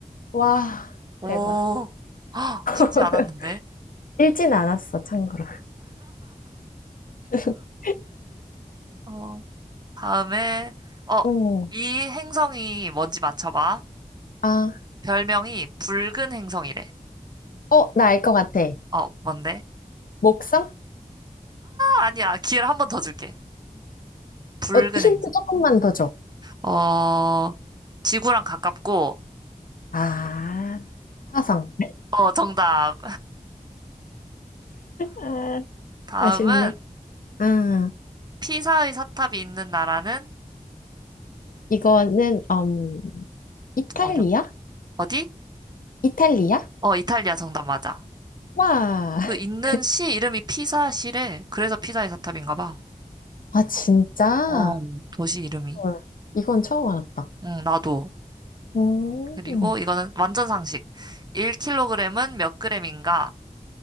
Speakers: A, on the left; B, on the right.
A: 와,
B: 오,
A: 대박.
B: 헉,
A: <laughs>
B: 쉽지 않았는데.
A: 읽진 않았어, 참고로. <laughs>
B: 어, 다음에, 어,
A: 음,
B: 이 행성이 뭔지 맞춰봐.
A: 아,
B: 별명이 붉은 행성이래.
A: 어, 나 알 것 같아.
B: 어, 뭔데?
A: 목성?
B: 아니야. 기회를 한 번 더 줄게. 붉은
A: 어, 힌트
B: 행성.
A: 조금만 더 줘.
B: 어, 지구랑 가깝고,
A: 아, 화성.
B: 어, 정답.
A: 아,
B: 다음은
A: 아쉽네. 아,
B: 피사의 사탑이 있는 나라는
A: 이거는, 음, 이탈리아?
B: 좀 어렵나? 어디?
A: 이탈리아?
B: 어, 이탈리아 정답 맞아.
A: 와,
B: 그
A: <laughs>
B: 있는 시 이름이 피사시래. 그래서 피사의 사탑인가 봐.
A: 아, 진짜?
B: 어, 도시 이름이.
A: 헐, 이건 처음 알았다.
B: 응, 나도.
A: 음,
B: 그리고 이거는 완전 상식. 1kg은 몇 그램인가?